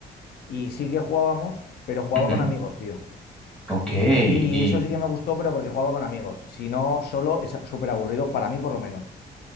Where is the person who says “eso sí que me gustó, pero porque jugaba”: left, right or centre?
Left